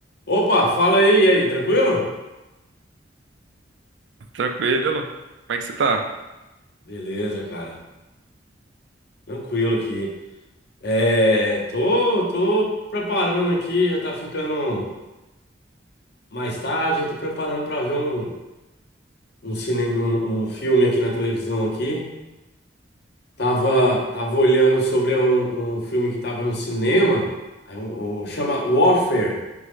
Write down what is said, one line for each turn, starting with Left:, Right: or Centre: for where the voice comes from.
Left: Opa, fala aí, e aí, tranquilo?
Right: Tranquilo? Como é que você tá?
Left: Beleza, cara. Tranquilo aqui. É, tô, tô preparando aqui, já tá ficando mais tarde, eu tô preparando pra ver um, um cinema, um, um filme aqui na televisão aqui. Tava, tava olhando sobre um, um filme que tava no cinema, aí um- um- chama Warfare,